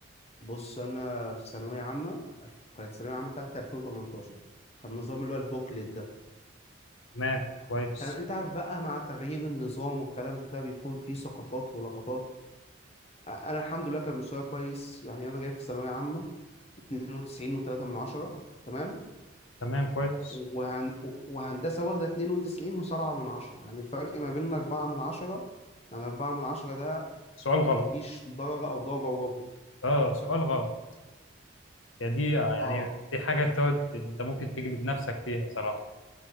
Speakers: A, on the left (about 30°); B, on the left (about 80°).
A: بص انا في ثانوية عامة كانت الثانوية عامة بتاعتي 2018 كان النظام اللي هو البوكلت ده
B: تمام كويس
A: كان انت عارف بقى مع تغيير النظام والكلام ده بيكون فيه سقطات ولقطات انا الحمد لله كان مستواي كويس يعني انا جايب في الثانويه عامه 92 و3 من 10 تمام
B: تمام كويس
A: وهن... وهندسه واخده 92 و7 من 10 يعني الفرق ما بيننا 4 من 10 يعني 4 من 10 ده
B: سؤال غلط
A: ما يجيش درجه او درجه وربع
B: اه سؤال غلط يعني دي آه، يعني
A: اه
B: دي حاجة تقعد انت ممكن تجلد نفسك فيها صراحة